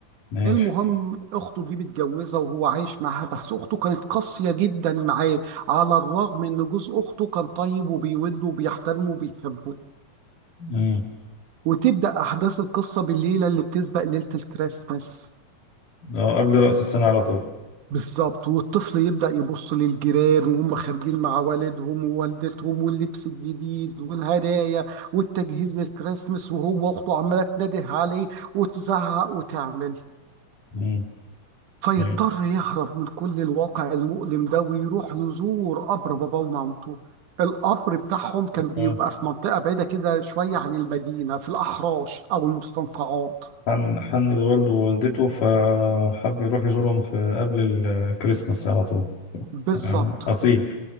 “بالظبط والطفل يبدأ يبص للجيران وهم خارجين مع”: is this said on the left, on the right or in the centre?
Right